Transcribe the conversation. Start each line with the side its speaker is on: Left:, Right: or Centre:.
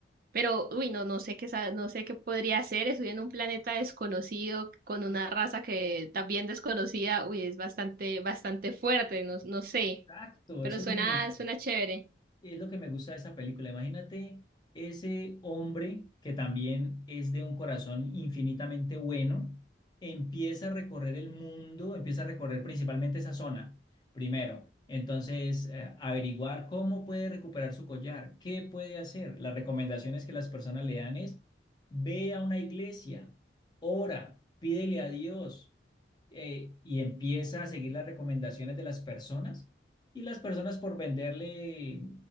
Right: Pero, uy, no, no sé qué, sa- no sé qué podría hacer. Estoy en un planeta desconocido con una raza que también desconocida. Uy, es bastante, bastante fuerte, no, no sé.
Left: Exacto,
Right: Pero
Left: eso es
Right: suena,
Left: lo que me,
Right: suena chévere.
Left: es lo que me gusta de esa película. Imagínate ese hombre que también es de un corazón infinitamente bueno, empieza a recorrer el mundo, empieza a recorrer principalmente esa zona, primero. Entonces, eh, averiguar cómo puede recuperar su collar, qué puede hacer. Las recomendaciones que las personas le dan es, ve a una iglesia, ora, pídele a Dios eh, y empieza a seguir las recomendaciones de las personas. Y las personas por venderle